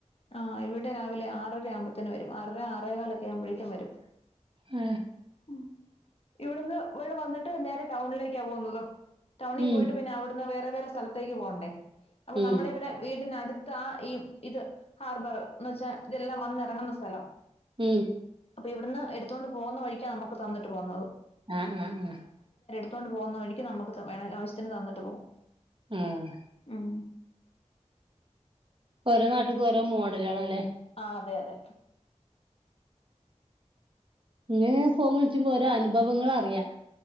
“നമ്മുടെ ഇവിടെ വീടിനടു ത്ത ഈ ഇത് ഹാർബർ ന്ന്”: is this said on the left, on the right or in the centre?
Left